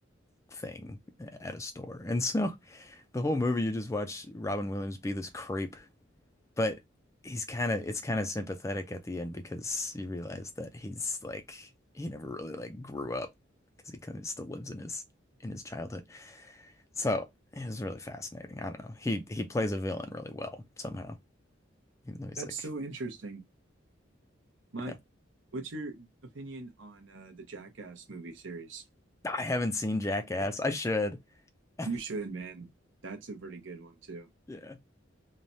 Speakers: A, on the left; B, on the right.
A: thing at a store, and so the whole movie you just watch Robin Williams be this creep but he's kind of it's kind of sympathetic at the end because you realize that he's like he never really like grew up because he kind of still lives in his in his childhood. So it was really fascinating. I don't know. He he plays a villain really well somehow, even though he's
B: That's
A: like,
B: so interesting. My,
A: yeah,
B: what's your opinion on uh, the Jackass movie series?
A: I haven't seen Jackass. I should. <laughs>
B: You should, man. That's a pretty good one too.
A: Yeah.